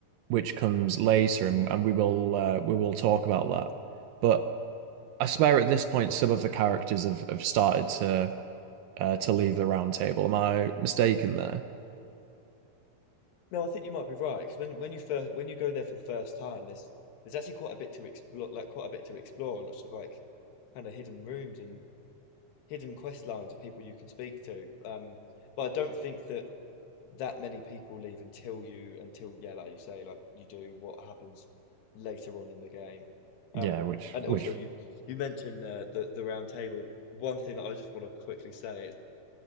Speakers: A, on the right; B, on the left.
A: which comes later and, and we will uh, we will talk about that. But I swear at this point some of the characters have, have started to uh, to leave the round table. Am I mistaken there?
B: No, I think you might be right because when when you first when you go there for the first time, there's there's actually quite a bit to explore, like quite a bit to explore, and lots of like kind of hidden rooms and hidden quest lines of people you can speak to. Um, but I don't think that that many people leave until you until yeah, like you say, like you do what happens later on in the game.
A: Yeah,
B: Um,
A: which
B: and
A: which
B: also you you mentioned uh, the the round table. One thing that I just want to quickly say is